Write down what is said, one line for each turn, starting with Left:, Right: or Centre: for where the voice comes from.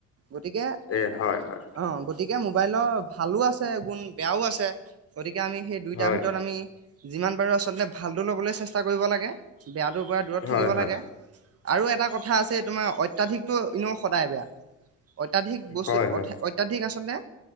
Right: গতিকে
Left: এ, হয়, হয়।
Right: অ', গতিকে মোবাইলৰ ভালো আছে গুণ, বেয়াও আছে, গতিকে আমি সেই দুইটাৰ
Left: হয়
Right: ভিতৰত আমি যিমান পাৰো আচলতে, ভালটো ল'বলৈ চেষ্টা কৰিব লাগে, বেয়াটো পৰা দূৰত
Left: হয়
Right: থাকিব
Left: হয়
Right: লাগে আৰু এটা কথা আছে তোমাৰ অত্যাধিকটো এনেও সদায় বেয়া। অত্যাধিক বস্তু
Left: হয়
Right: অঠ্য
Left: হয়
Right: অত্যাধিক আচলতে